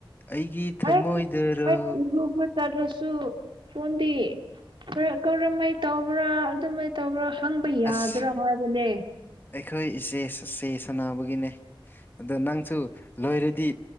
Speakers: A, on the left; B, on the right.
A: ꯑꯩꯒꯤ ꯊꯃꯣꯏꯗꯔꯣ
B: ꯑꯩ ꯑꯩ ꯏꯔꯨꯕ ꯆꯥꯠꯂꯁꯨ ꯐꯣꯟꯗꯤ ꯀꯔ ꯀꯔꯝꯃꯥꯏ ꯇꯧꯕ꯭ꯔꯥ ꯑꯗꯨꯃꯥꯏ ꯇꯧꯕ꯭ꯔꯥ ꯍꯪꯕ ꯌꯥꯗ꯭ꯔꯣ
A: ꯑꯁ
B: ꯍꯥꯏꯕꯅꯦ
A: ꯑꯩꯈꯣꯏ ꯏꯆꯦ ꯁꯨ ꯆꯦꯁ ꯁꯥꯟꯅꯕꯒꯤꯅꯦ ꯑꯗꯣ ꯅꯪꯁꯨ ꯂꯣꯏꯔꯗꯤ